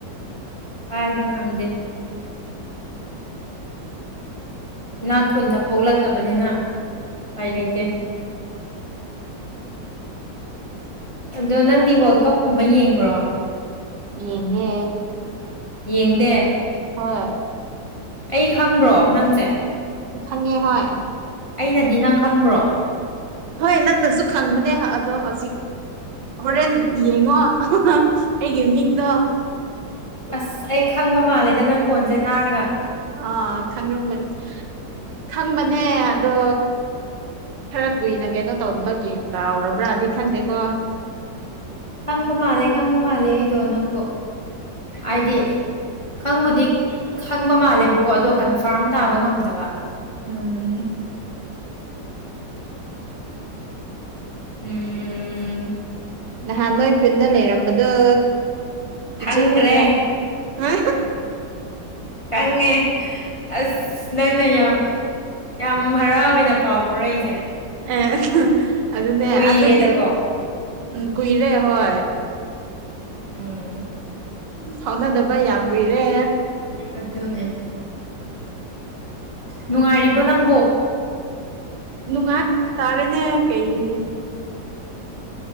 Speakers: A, on the left (about 35°); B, on the right (about 75°).
A: ꯄꯥꯏꯕ ꯉꯝꯗꯦ ꯅꯥ ꯈꯨꯟꯅ ꯄꯣꯛꯂꯛꯇꯕꯅꯤꯅ ꯎꯄꯥꯏ ꯂꯩꯇꯦ ꯑꯗꯣ ꯅꯪꯗꯤ ꯋꯥꯔꯜ ꯀꯞꯀꯨꯝꯕ ꯌꯦꯡꯕ꯭ꯔꯣ
B: ꯌꯦꯒꯦ
A: ꯌꯦꯡꯗꯦ
B: ꯍꯣꯏ
A: ꯑꯩ ꯈꯪꯕ꯭ꯔꯣ ꯅꯪꯁꯦ
B: ꯈꯪꯉꯦ ꯍꯣꯏ
A: ꯑꯩꯅꯗꯤ ꯅꯪ ꯈꯪꯕ꯭ꯔꯣ
B: ꯍꯣꯏ ꯅꯪꯅꯁꯨ ꯈꯪꯕꯅꯦ ꯑꯗꯣ ꯍꯧꯖꯤꯛ ꯍꯣꯔꯦꯟ ꯌꯦꯡꯉꯣ ꯑꯩꯒꯤ ꯃꯤꯡꯗꯣ
A: ꯑꯁ ꯑꯩ ꯈꯪꯕ ꯃꯥꯜꯂꯦꯗ ꯅꯪ ꯀꯣꯟꯁꯦ ꯇꯥꯔꯒ
B: ꯑꯥ ꯈꯪꯔꯒꯅꯤ ꯈꯪꯕꯅꯦ ꯑꯗꯣ ꯈꯔ ꯀꯨꯏꯅ ꯀꯩꯅꯣ ꯇꯧꯗꯕ ꯒꯦꯠ ꯀꯥꯎꯔꯕ꯭ꯔꯥꯗꯤ ꯈꯪꯗꯦꯀꯣ
A: ꯈꯪꯕ ꯃꯥꯜꯂꯦ ꯈꯪꯕ ꯃꯥꯜꯂꯦ ꯑꯩꯗꯣ ꯅꯪꯕꯨꯣ ꯍꯥꯏꯗꯤ ꯈꯪꯕꯨꯗꯤ ꯈꯪꯕ ꯃꯥꯜꯂꯦꯕꯀꯣ ꯑꯗꯣ ꯀꯟꯐꯥꯔꯝ ꯇꯥꯕ ꯉꯝꯗꯕ
B: ꯎꯝ
A: ꯎꯝ
B: ꯅꯍꯥꯟ ꯅꯣꯏ ꯈꯨꯟꯗ ꯂꯩꯔꯝꯕꯗꯨꯣ
A: ꯈꯪꯈ꯭ꯔꯦ
B: ꯏꯆꯦ ꯈꯣꯏꯗ ꯍ
A: ꯀꯪꯉꯦ ꯑꯁ ꯅꯪꯅ ꯌꯥꯝ ꯌꯥꯝ ꯍꯔꯥꯎꯋꯦꯅ ꯄꯥꯎ ꯐꯥꯎꯔꯛꯏꯁꯦ
B: ꯑꯦ ꯑꯗꯨꯅꯦ
A: ꯀꯨꯏꯔꯦꯗꯀꯣ
B: ꯑꯗꯨꯒꯤ ꯎꯝ ꯀꯨꯏꯔꯦ ꯍꯣꯏ
A: ꯎꯝ
B: ꯁꯥꯎꯅꯗꯕ ꯌꯥꯝ ꯀꯨꯏꯔꯦ
A: ꯑꯗꯨꯅꯦ ꯅꯨꯡꯉꯥꯏꯔꯤꯕꯣ ꯅꯪ
B: ꯅꯨꯡꯉꯥꯏ ꯉꯥꯏ ꯇꯔꯦꯅꯦ ꯀꯩ